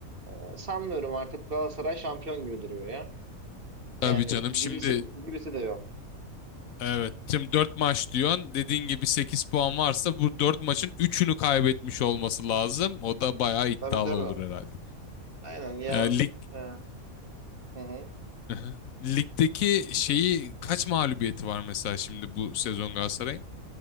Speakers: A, on the right; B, on the left.
A: Ee, sanmıyorum artık Galatasaray şampiyon gibi duruyor ya. Yani
B: Tabii canım şimdi
A: gibisi gibisi de yok.
B: evet şimdi 4 maç diyorsun. Dediğin gibi 8 puan varsa bu 4 maçın üçünü kaybetmiş olması lazım. O da bayağı iddialı
A: Tabii tabii.
B: olur herhalde.
A: Aynen ya.
B: Ee, lig
A: e, hı hı.
B: <laughs> Ligdeki şeyi kaç mağlubiyeti var mesela şimdi bu sezon Galatasaray'ın?